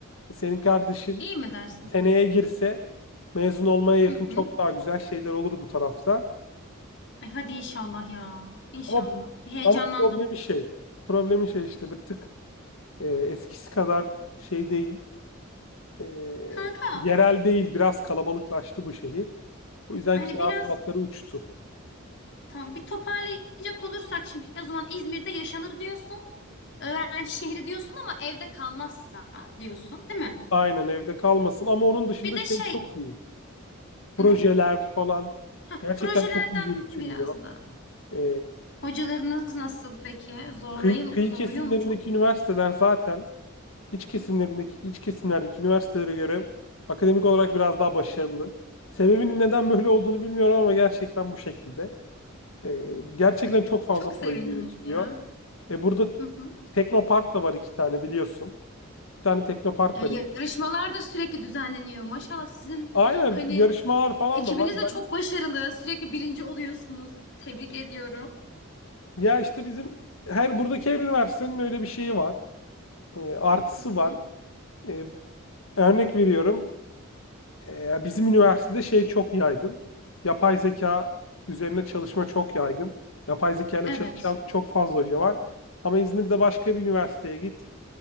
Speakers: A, on the left; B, on the left.
A: senin kardeşin
B: İyi mi dersin?
A: seneye girse mezun olmaya yakın
B: Hı hı.
A: çok daha güzel şeyler olur bu tarafta.
B: Ay hadi inşallah ya. İnşallah.
A: Ama
B: Bir heyecanlandım.
A: ama problemi şey, problemi şey işte bir tık e, eskisi kadar şey değil, e,
B: Kanka
A: yerel değil, biraz kalabalıklaştı bu şehir. O yüzden
B: hani
A: kira
B: biraz
A: fiyatları uçtu.
B: tamam bir toparlayacak olursak şimdi o zaman İzmir'de yaşanır diyorsun. Öğrenci şehri diyorsun ama evde kalmazsa diyorsun değil mi?
A: Aynen evde kalmasın ama onun dışında
B: Bir de
A: şey
B: şey
A: çok iyi. Projeler
B: ne?
A: falan
B: Hah,
A: gerçekten
B: projelerden
A: çok iyi yürütülüyor.
B: biraz da.
A: E,
B: Hocalarınız nasıl peki? Zorlayım,
A: Kıyı, kıyı
B: zorluyor
A: kesimlerindeki
B: mu çok?
A: üniversiteler zaten iç kesimlerindeki iç kesimlerdeki üniversitelere göre akademik olarak biraz daha başarılı. Sebebinin neden böyle olduğunu bilmiyorum ama gerçekten bu şekilde. Ee, gerçekten
B: Ay,
A: çok fazla
B: Çok sevindim
A: proje yürütülüyor.
B: ya.
A: E, burada
B: Hı hı.
A: Teknopark da var iki tane biliyorsun. İki tane Teknopark
B: E,
A: var.
B: Yarışmalar da sürekli düzenleniyor. Maşallah sizin
A: Aynen
B: hani
A: yarışmalar
B: e,
A: falan
B: ekibiniz
A: da var.
B: de
A: Ben,
B: çok başarılı. Sürekli birinci oluyorsunuz. Tebrik ediyorum.
A: ya işte bizim her buradaki her üniversitenin öyle bir şeyi var. E, artısı
B: Hı
A: var.
B: hı.
A: E, örnek veriyorum. Ee, bizim üniversitede şey çok yaygın. Yapay zeka üzerine çalışma çok yaygın. Yapay zeka ile
B: Evet.
A: çalışan çok fazla hoca var. Ama İzmir'de başka bir üniversiteye git.